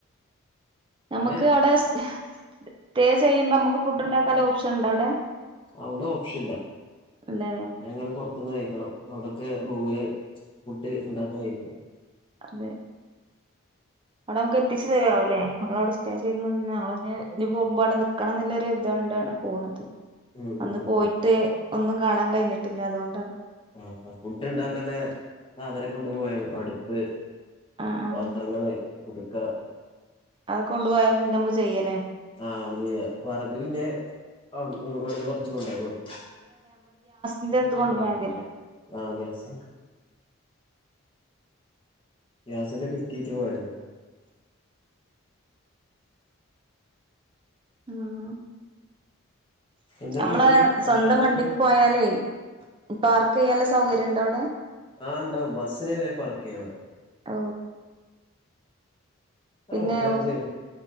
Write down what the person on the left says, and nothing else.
പിന്നെ
അവിടെ ഓപ്ഷൻ ഇല്ല
ഞങ്ങള് പുറ പുറത്ത് ന്ന് കഴിക്കണം അവിടൊക്കെ റൂമില് ഫുഡ് ഉണ്ടാക്കാൻ കഴിയില്ല
ഉം ഉം
ഉം
ആ ഫുഡ് ഉണ്ടാക്കാതെ സാധനം കൊണ്ടുപോയാ മതി അടുപ്പ്
പാത്രങ്ങള് കൊടുക്കാ
ആ അവിടുന്ന് വിറക് പിന്നെ അവിടുന്ന് കുറച്ച് കൊണ്ട് പോയാ മതി
ആഹ് ഗ്യാസ് ഗ്യാസിന്റെ കുറ്റിയായിട്ട് പോയാരുന്നു
എന്നാ
പോണത്
അടുത്ത ട്രിപ്പ്
ആ ഉണ്ടാവും ബസിന് വരെ പാർക്ക് ചെയ്യാം അവിടെ
റോട്ടിലൊക്കെ സൈഡ്